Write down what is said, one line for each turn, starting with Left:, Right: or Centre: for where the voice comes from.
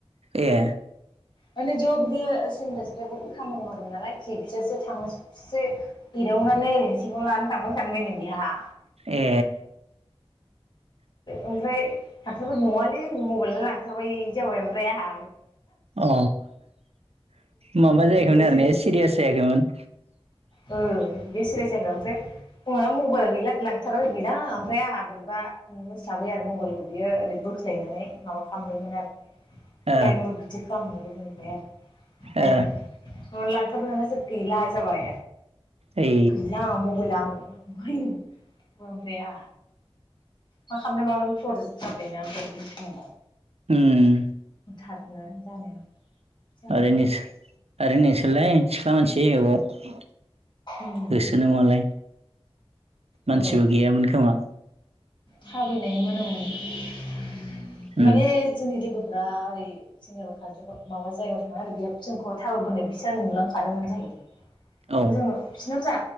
Right: ए
Left: माने ज' बिदि सेग्रा सिख्लाफोर खामानि मावदों नालाय खि बिसोरसो थांसो एदावनानै ओरैनो सिखौनो लानो थांबाय सानबाय न बिहा
Right: ए
Left: ओमफ्राय फाथाबबो नङा माने जनि मबाइलनो लांथारबाय जाबाय मफ्राय आहा
Right: अ माबा जायाखैमोन
Left: ओमफ्रायसो
Right: आरो ने सिरियास जायाखैमोन
Left: ओ बे सिरियास जायाखैनोसै उनना मबाइल गैला लांथाराबो गैलाां ओमफ्राय आंहा बोरैबा ननो थाबो आरो मबाइलखौ बियोओरै बोख्लायनानै माबा खालामबायमोन आरो बि
Right: ओ
Left: प्लाइमद बिदि खालामनानै मोनबाय आरो
Right: ओ
Left: लांखाबाय जोब गैला जाबाय
Right: ओइ
Left: गैला मबाइला आं बै बुंंथायाया मा खालामनो माबानो खर' जाबायना ओमफ्राय बिनि समाव
Right: उम
Left: थाबनो जानायाव जाबाय
Right: ओरैनो
Left: आरो
Right: ओै नोंसोरलाय सिख्ला मानसि गोबाव
Left: उम
Right: होसोनोमालाय मानसिबो
Left: औ
Right: गैयामोन खोमा
Left: थाबायनायमोन आं
Right: उम
Left: माने जोंनि लोगोफोर दा ओरै जोंनिबा खमाबा जायगायाव थाङा आरो बे जोंखौ थार बोनो बिसोर नुलांखादोंमोन जाहै ओमफ्राय
Right: औ
Left: जोंनाव बिसिरनाव जा